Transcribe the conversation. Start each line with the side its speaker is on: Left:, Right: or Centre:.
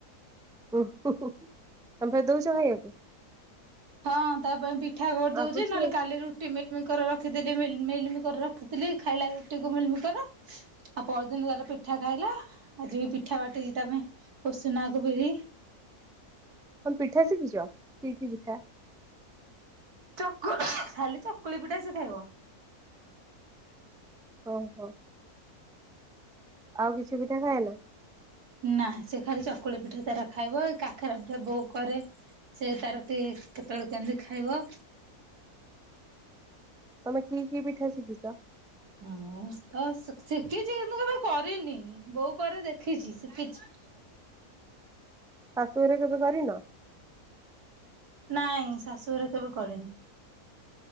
Centre: ତମେ ଫେର୍ ଦଉଚ ଖାଇଆକୁ?
Right: ହଁ ତା ପାଇଁ ପିଠା କରିଦଉଚି
Centre: ମାଗୁଛି
Right: ନ ଏଲେ
Centre: ଆଉ
Right: କାଲି ରୁଟି ମି ମିଲ୍ ମିକର ରଖିଥିଲି ମିଲ୍ ମିକର ରଖିଥିଲି ଖାଇଲା ରୁଟିକୁ ମିଲ୍ ମିକର। ଆଉ ପଅରଦିନ ତାର ପିଠା ଖାଇଲା ଆଜି ବି ପିଠା ବାଟିଚି ତାପାଇଁ ପୋସେନାକୁ ବିରି।
Centre: କଣ ପିଠା ଶିଖିଚ ଇଟିଲି ପିଠା?
Right: ଚକୁ ଖାଲି ଚକୁଳି ପିଠା ସେ ଖାଇବ।
Centre: ଓହୋ। ଆଉ କିଛି ପିଠା ଖାଏନି?
Right: ନା, ସେ ଖାଲି ଚକୁଳି ପିଠା ତାର ଖାଇବ, କାକରା ପିଠା ବୋଉ କରେ ସେ ତାର ଟିକେ କେତେବେଳେ କେମିତି ଖାଇବ।
Centre: ତମେ କି କି ପିଠା ସିଖିଛ?
Right: ମୁଁ ତ ଶିଖିଛି, କିନ୍ତୁ କେବେ କରିନି। ବୋଉ କରେ, ଦେଖିଛି, ଶିଖିଛି।
Centre: ଶାଶୁଘରେ କେବେ କରିନ?
Right: ନାଇଁ ଶାଶୁଘରେ କେବେ କରିନି।